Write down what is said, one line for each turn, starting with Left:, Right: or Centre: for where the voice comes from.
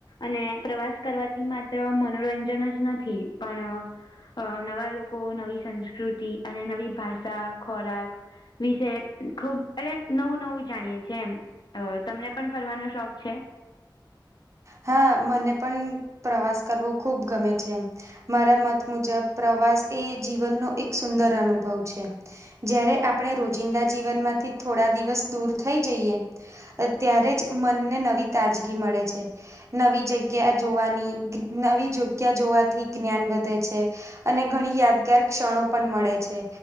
Left: અને પ્રવાસ કરવાથી માત્ર મનોરંજન જ નથી પણ અ નવા લોકો નવી સંસ્કૃતિ અને નવી ભાષા ખોરાક વિશે ખુબ એટ નવું નવું જાણીએી એમ અ તમને પણ ફરવાનો શોખ છે
Right: હા મને પણ પ્રવાસ કરવો ખૂબ ગમે છે મારા મત મુજબ પ્રવાસ એ જીવનનો એક સુંદર અનુભવ છે જય્યારે આપણે રોજિંદા જીવનમાંથી થોડા દિવસ દૂર થઈ જઈએ અત્યારે જ મનને નવી તાજગી મળે છે નવી જગ્યા જોવાની નવી જગ્યા જોવાથી જ્ઞાન વધે છે અને ઘણી યાદગાર ક્ષણો પણ મળે છે